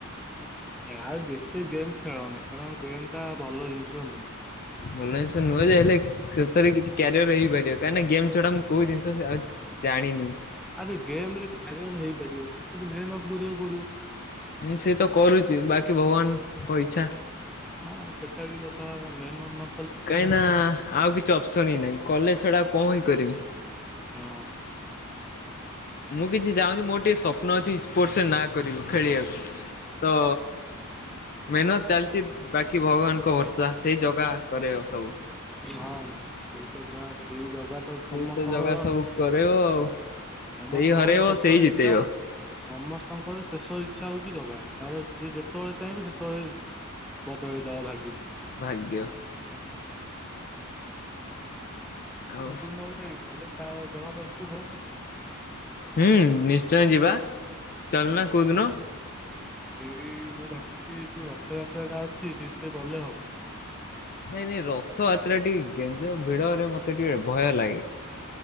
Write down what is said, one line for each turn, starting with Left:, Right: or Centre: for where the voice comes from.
Centre: ଆଉ ଯେତେ ଗେମ୍ ଖେଳନା କାରଣ ଗେମ୍ ଟା ଭଲ ଜିନିଷ ନୁହଁ।
Left: ମନ
Centre: ତମେ
Left: ଇଛା ନୁହେଁ
Centre: ଏତେ
Left: ଯେ ହେଲେ ସେଥେରେ କିଛି କ୍ୟାରିୟର ହେଇପାରିବ। କାହିଁକିନା ଗେମ୍ ଛଡ଼ା ମୁଁ କୋଉ ଜିନିଷ ଆଉ ଜାଣିନି।
Centre: ଆରେ ଗେମ୍ ରେ କ୍ୟାରିୟର ହେଇପାରିବ। ସେତିକି ମେହେନତ୍ କରିବାକୁ ପଡିବ।
Left: ମୁଁ ସେ ତ କରୁଚି। ବାକି ଭଗବାନଙ୍କ ଇଚ୍ଛା।
Centre: ହଁ ସେଟା ବି କଥାହେଲା ମେହେନନ।
Left: କାହିଁକି ନା ଆଉ କିଛି ଅପସନ ହିଁ ନାହିଁ କଲେଜ ଛଡା କଣ ହିଁ କରିବି।
Centre: ହଁ।
Left: ମୁଁ କିଛି ଚାହୁଁଛି ମୋର ଟିକିଏ ସ୍ୱପ୍ନ ଅଛି ସ୍ପୋର୍ଟସରେ ନା କରିବୁ ଖେଳିବାକୁ। ତ ମେହନତ ଚାଲିଛି, ବାକି ଭଗବାନଙ୍କ ଭରସା। ସେଇ ଜଗା କରେଇବ ସବୁ।
Centre: ହଁ, ସେଇା ସେଇ ଜାଗା ତ
Left: ସେଇ
Centre: ସମସ୍ତଙ୍କର।
Left: ଜଗା ସବୁ କରେଇବ ଆଉ
Centre: <inaudible> ସମସ୍ତଙ୍କର
Left: ସେଇ ହରେଇବ
Centre: ଶେଷ
Left: ସେଇ
Centre: ଇଚ୍ଛା।
Left: ଜିତେଇବ।
Centre: ସମସ୍ତଙ୍କର ଶେଷ ଇଚ୍ଛା ହଉଛି ଜଗା। ତାର ସିଏ ଯେତେବେଳେ <unintelligible> ସେତେବେଳେ ବଦେଳିବ ଭାଗ୍ୟ।
Left: ଭାଗ୍ୟ। ଆଉ
Centre: ଆମେ କଉ ଦିନ ଗୋଟେ ଗଲେ ତା ଜଗା ପାଖକୁ ହୁଅନ୍ତାନି?
Left: ହୁଁ, ନିଶ୍ଚୟ ଯିବା। ଚାଲନା, କୋଉଦିନ।
Centre: ଏଇ, ମୁଁ ଭାବୁଛି, ଯୋଉ ରଥଯାତ୍ରା ଟା ଆସୁଛି, ସେଇଥିରେ ଗଲେ ହବ।
Left: ନାଇଁ ନାଇଁ, ରଥଯାତ୍ରା
Centre: ଆମେ
Left: ଟିକେ ଗେଞ୍ଜ ଭିଡରେ, ମତେ ଟିକେ ଭୟ ଲାଗେ।